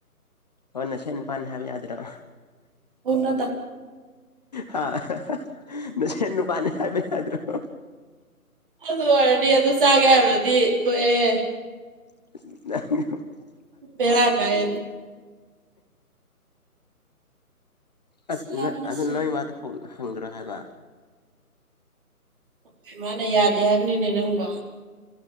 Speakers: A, on the left; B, on the right.
A: ꯍꯣꯏ ꯅ ꯁꯦꯠ ꯅꯤꯄꯥꯜꯅꯤ ꯍꯥꯏꯕ ꯌꯥꯗ꯭ꯔꯣ
B: ꯍꯧꯅꯗ
A: ꯍꯥꯥ ꯅꯅꯨꯡ ꯄꯅꯤ ꯍꯥꯏꯕ ꯌꯥꯗ꯭ꯔꯣ
B: ꯑꯗꯨ ꯑꯣꯏꯔꯗꯤ ꯑꯗꯨ ꯆꯥꯒꯦ ꯍꯥꯏꯔꯨꯔꯗꯤ ꯇꯣꯛꯑꯦ
A: <unintelligible>
B: ꯕꯦꯔꯥ ꯀꯥꯏꯌꯦꯗ
A: ꯑꯁ
B: ꯁꯥꯕꯅ
A: ꯅ ꯑꯗꯨ
B: ꯁꯤ
A: ꯅꯣꯏ ꯃꯥꯗ ꯍꯪꯗ꯭ꯔꯣ ꯍꯥꯏꯕ
B: ꯑꯩꯈꯣꯏ ꯏꯃꯥꯅ ꯌꯥꯗꯦ ꯍꯥꯏꯕꯅꯤꯅꯦ ꯅꯪꯕꯣ